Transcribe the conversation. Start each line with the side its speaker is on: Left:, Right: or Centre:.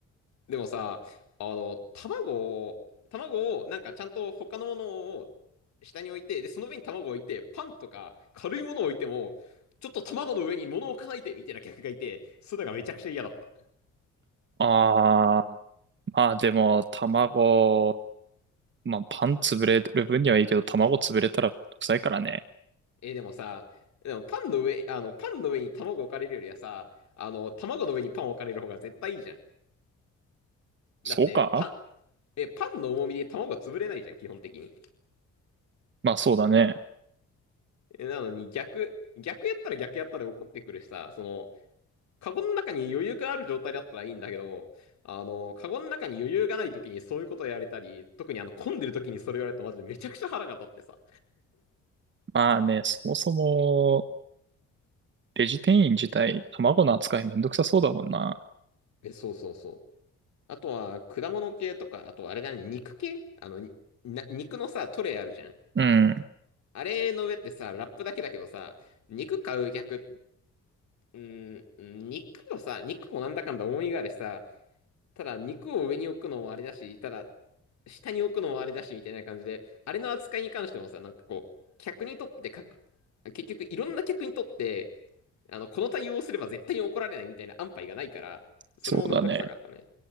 Left: でもさ、あの、卵を、卵を、なんかちゃんと他のものを下に置いて、で、その上に卵を置いて、パンとか軽いものを置いても、ちょっと卵の上に物を置かないで、みたいな客がいて、それがめちゃくちゃ嫌だった。
Right: あー、まあでも卵、まあパン潰れる分にはいいけど卵潰れたら臭いからね。
Left: えーでもさ、でもパンの上、あの、パンの上に卵置かれるよりはさ、あの、卵の上にパン置かれる方が絶対いいじゃん。
Right: そうか
Left: だって、パン、え、パンの重みで卵が潰れないじゃん、基本的に。
Right: まあそうだね。
Left: えなのに逆、逆やったら逆やったで怒ってくるしさ、その、カゴの中に余裕がある状態だったらいいんだけど、あの、カゴの中に余裕がない時にそういうことをやられたり、特にあの、混んでる時にそれをやられるとマジでめちゃくちゃ腹が立ってさ。
Right: まあね、そもそも、レジ店員自体、卵の扱いめんどくさそうだもんな。
Left: え、そうそうそう。あとは、果物系とか、あとあれだね、肉系あの、にな、肉のさ、トレイあるじゃん。
Right: うん、
Left: あれの上ってさ、ラップだけだけどさ、肉買う客、うーん、肉もさ、肉もなんだかんだ思いがあるしさ、ただ肉を上に置くのもあれだし、ただ下に置くのもあれだし、みたいな感じで、あれの扱いに関してもさ、なんかこう、客にとってかく、結局いろんな客にとって、あの、この対応をすれば絶対に怒られないみたいな安牌がないから、それもめんどくさかったね。
Right: そうだね。